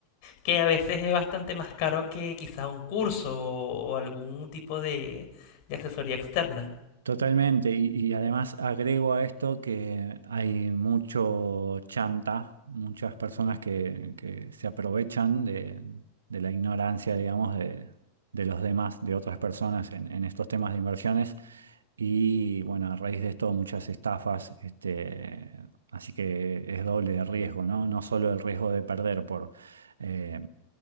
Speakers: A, on the left; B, on the right.
A: que a veces es bastante más caro que quizá un curso o, o algún tipo de de asesoría externa.
B: Totalmente, y, y además agrego a esto que hay mucho chanta, muchas personas que, que se aprovechan de, de la ignorancia, digamos, de, de los demás, de otras personas en, en estos temas de inversiones. Y bueno, a raíz de esto muchas estafas, este, así que es doble de riesgo, ¿no? No solo el riesgo de perder por, eh,